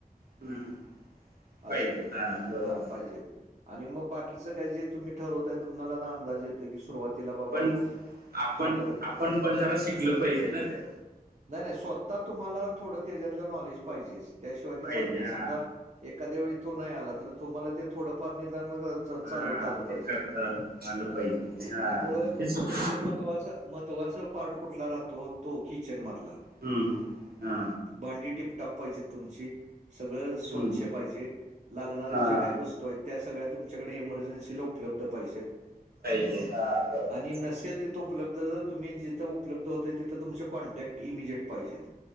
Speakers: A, on the right; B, on the right.
A: हम्म, हम्म. पाहिजेत
B: आस
A: बरोबर
B: हा
A: आहे
B: पाहिजेत. आणि मग बाकीचं काय जे तुम्ही ठरवताय? तुम्हाला अंदाज येतोय, की सुरुवातीला बाबा
A: पण आपण
B: हां, बोला की.
A: आपण पण जरा शिकल पाहिजे, ना त्यात
B: नाही नाही सोत्ता तुम्हाला थोडं त्याच्यातलं नॉलेज पाहिजेच, त्याशिवाय ते
A: पाहिजे
B: चालत नाही
A: हा
B: समजा एखाद्या वेळी तो नाही आला, तर तुम्हाला ते थोडंफार निदान अ
A: हा
B: चालवता आलं पाहिजे,
A: ते करता आलं आलं
B: आस
A: पाहिजे ते हा
B: त्यामुळ
A: मग तेच की.
B: ते मन तुम्हाला सांगू महत्त्वाचा पार्ट कुठला राहतो? तो किचन मधला
A: हुं हुं हा.
B: भांडी टिपटॉप पाहिजेत, तुमची सगळं स्वच्छ
A: हम्म
B: पाहिजे. लागणारे
A: हा
B: ज्या काही वस्तू आहेत, त्या सगळ्या तुमच्याकडे इमर्जन्सीला उपलब्ध पाहिजेत.
A: ते हा बरोबर
B: आणि
A: हाय.
B: नसेल तिथं उपलब्ध जर तुम्ही जिथ उपलब्ध होतय, तिथं तुमचे कॉन्टॅक्ट इमिजिएट पाहिजेत.